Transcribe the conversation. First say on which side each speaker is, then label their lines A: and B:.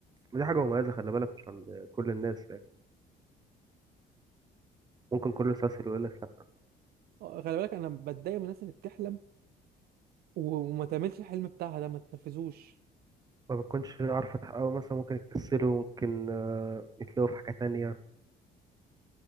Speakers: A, on the right; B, on the right.
A: دي حاجه مميزه خلي بالك مش عند كل الناس يعني ممكن كله يستسهل ويقول لك لا
B: آه، خلي بالك انا بتضايق من الناس اللي بتحلم و- وما تعملش الحلم بتاعها ده ما تنفذوش
A: ما بتكونش عارفه تحققه مثلا ممكن يكسلوا ممكن آه، يتلاقوا في حاجه تانية